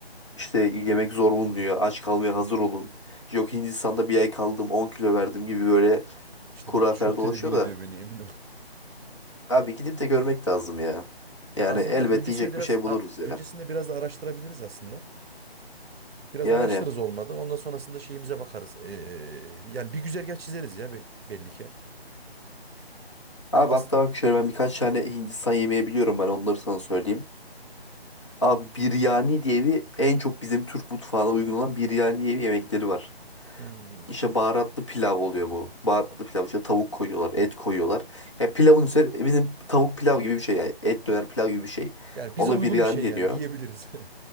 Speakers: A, on the left; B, on the right.
A: İşte yemek zor bulunuyor. Aç kalmaya hazır olun. Yok Hindistan'da bir ay kaldım 10 kilo verdim gibi böyle
B: İşte
A: hurafeler
B: bu çok
A: dolaşıyor
B: tedirgin ediyor
A: da.
B: beni emin
A: Abi gidip de görmek lazım ya.
B: Ya
A: Yani
B: aslında
A: elbet
B: öncesinde
A: yiyecek
B: biraz
A: bir şey buluruz
B: a-
A: ya.
B: öncesinde biraz da araştırabiliriz aslında. Biraz
A: Yani
B: araştırırız olmadı. Ondan sonrasında şeyimize bakarız. Ee, e, yani bir güzergah çizeriz ya be- belli ki.
A: abi
B: As
A: hatta bak şöyle ben birkaç tane Hindistan yemeği biliyorum ben onları sana söyleyeyim. Abi biryani diye bir en çok bizim Türk mutfağına uygun olan biryani diye bir yemekleri var.
B: Hmm.
A: İşte baharatlı pilav oluyor bu. Baharatlı pilav işte tavuk koyuyorlar, et koyuyorlar. Ya pilavın üzerine bizim tavuk pilav gibi bir şey yani. Et döner pilav gibi bir şey.
B: Yani bize
A: Ona
B: uygun
A: biryani
B: bir şey
A: deniyor.
B: yani yiyebiliriz. <laughs>